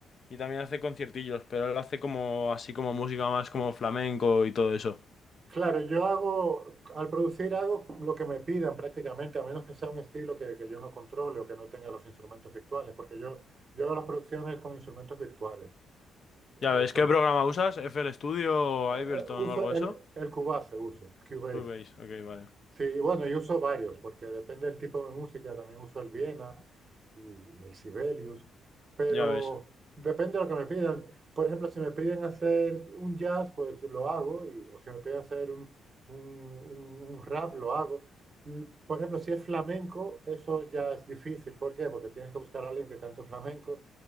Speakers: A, on the left; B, on the right.
A: y también hace conciertillos, pero él hace como así como música más como flamenco y todo eso.
B: Claro, yo hago, al producir hago lo que me pidan prácticamente, a menos que sea un estilo que, que yo no controle o que no tenga los instrumentos virtuales, porque yo, yo hago las producciones con instrumentos virtuales. Eh,
A: Ya ves,
B: Entonces,
A: ¿qué programa usas? ¿FL Studio o
B: eh,
A: Ableton
B: eh, uso
A: o algo
B: el,
A: de eso?
B: el Cubase, uso, Cubase.
A: Cubase, ok, vale.
B: Sí, bueno, yo uso varios, porque depende del tipo de música, también uso el Viena y el Sibelius, pero
A: Ya ves.
B: depende de lo que me pidan. Por ejemplo, si me piden hacer un jazz, pues lo hago, y- o si me piden hacer un, un- un- un rap, lo hago. L- Por ejemplo, si es flamenco, eso ya es difícil. ¿Por qué? Porque tienes que buscar a alguien que cante flamenco